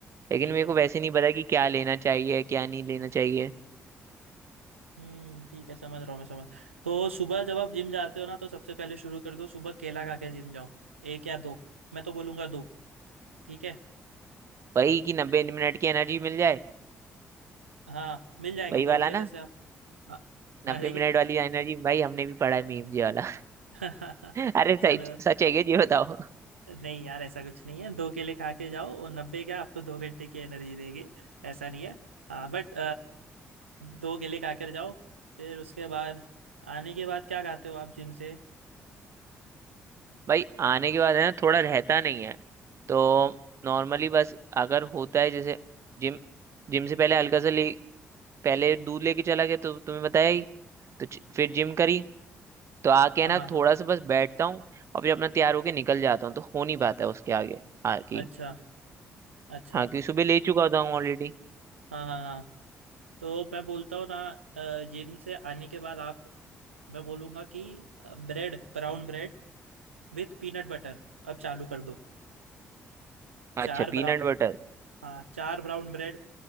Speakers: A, on the right; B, on the right.
A: लेकिन
B: ठीक
A: मेरे
B: है
A: को वैसे नहीं पता कि क्या लेना चाहिए क्या नहीं लेना चाहिए
B: हम्म ठीक है समझ रहा हूँ मैं समझ तो सुबह जब आप जिम जाते हो ना तो सबसे पहले शुरू कर दो सुबह केला खा के जिम जाओ एक या दो मैं तो बोलूँगा दो ठीक है
A: वही कि नब्बे मिनट की एनर्जी मिल जाए
B: हाँ मिल जाएगी
A: वही
B: दो
A: वाला
B: केले
A: ना
B: से आप अ- अरे
A: नब्बे मिनट वाली एनर्जी भाई हमने भी पढ़ा है मीम ये वाला
B: <laughs>
A: <laughs> अरे
B: चलो
A: सच सच है क्या ये बताओ
B: नहीं यार ऐसा कुछ नहीं है दो केले खा के जाओ और नब्बे क्या आपको दो घंटे की एनर्जी देंगे ऐसा नहीं है हाँ बट दो केले खा कर जाओ फिर उसके बाद आने के बाद क्या खाते हो आप जिम से
A: भाई आने के बाद है ना थोड़ा रहता नहीं है तो नॉर्मली बस अगर होता है जैसे जिम जिम से पहले हल्का सा ले पहले दूध लेके चला गया तो तुम्हें बताया ही तो च- फिर जिम करी तो आके है
B: हाँ
A: ना
B: हाँ
A: थोड़ा
B: हाँ
A: सा बस बैठता हूँ और फिर अपना तैयार होके निकल जाता हूँ तो हो नहीं पाता है उसके आगे आगे
B: अच्छा अच्छा
A: हाँ क्योंकि सुबह ले चुका होता हूँ ऑलरेडी
B: हाँ हाँ हाँ तो मैं बोलता हूँ ना जिम से आने के बाद आप मैं बोलूँगा कि bread brown bread with peanut butter अब चालू कर दो चार
A: अच्छा
B: ब्राउन
A: पीनट बटर
B: हाँ चार ब्राउन ब्रेड